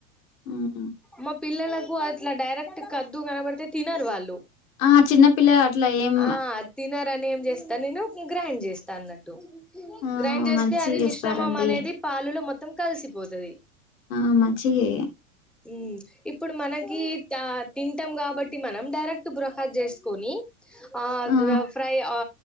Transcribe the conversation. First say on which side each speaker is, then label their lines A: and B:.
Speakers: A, on the left (about 70°); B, in the centre.
A: ఉహు.
B: మా పిల్లలకు అట్లా డైరెక్ట్ కద్దు కనబడితే తినరు వాళ్ళు.
A: ఆ చిన్నపిల్లలు అట్లా ఏం
B: ఆ. తినారని ఏం చేస్తాను నేను గ్రైండ్ చేస్తా అన్నట్టు
A: ఆ
B: గ్రైండ్ చేస్తే
A: మంచిగా
B: అది
A: చేస్తారండి
B: మిశ్రం. మమ్ము అనేది పాలులో మొత్తం కలిసిపోతది.
A: ఆ మంచిగే.
B: ఈ ఇప్పుడు మనకి. తా తింటాం కాబట్టి మనం డైరెక్ట్ బురకాజ్ జేసుకొని. ఆద్రా
A: ఆ
B: ఫ్రై ఆ